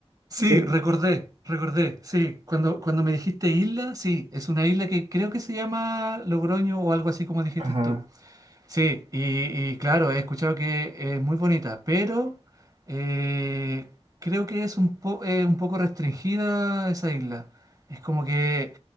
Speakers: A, on the right; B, on the right.
A: sí,
B: sí,
A: recordé,
B: ¿sí?
A: recordé, sí. Cuando, cuando me dijiste isla, sí, es una isla que creo que se llama Logroño o algo así como dijiste
B: ajá.
A: tú. Sí, y, y claro, he escuchado que es muy bonita, pero eh, creo que es un, po- eh, un poco restringida esa isla. Es como que